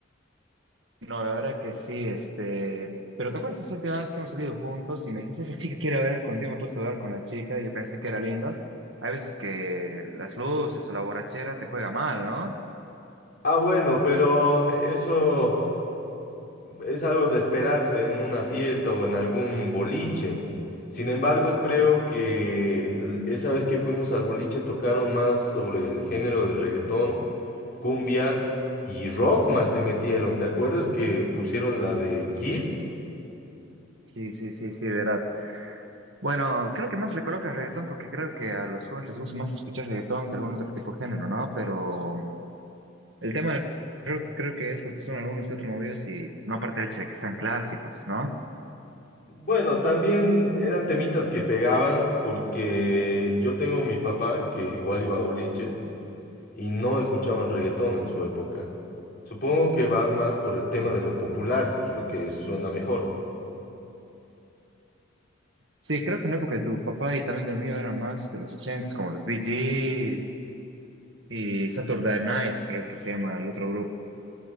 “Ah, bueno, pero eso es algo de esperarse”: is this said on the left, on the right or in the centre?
Left